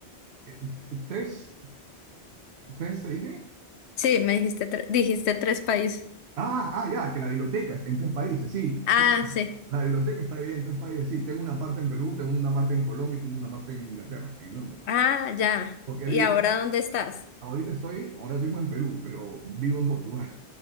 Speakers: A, on the right; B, on the left.
A: eh, ¿tres, tres te dije?
B: Sí, me dijiste tres, dijiste tres países.
A: Ah, ah, ya, que la biblioteca está en tres países, sí,
B: Ah,
A: sí.
B: sí.
A: La biblioteca está dividida en tres países, sí. Tengo una parte en Perú, tengo una parte en Colombia y tengo una parte en Inglaterra, en Londres.
B: Ah, ya.
A: Porque
B: ¿Y
A: he vivido-
B: ahora dónde estás?
A: ahorita estoy, ahora mismo en Perú, pero vivo en Portugal.